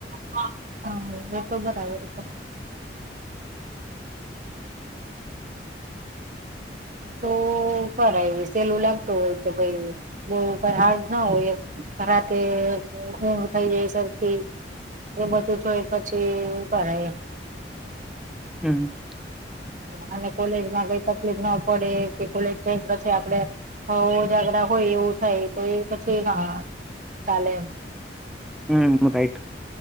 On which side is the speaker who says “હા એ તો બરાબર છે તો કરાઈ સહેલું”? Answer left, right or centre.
Right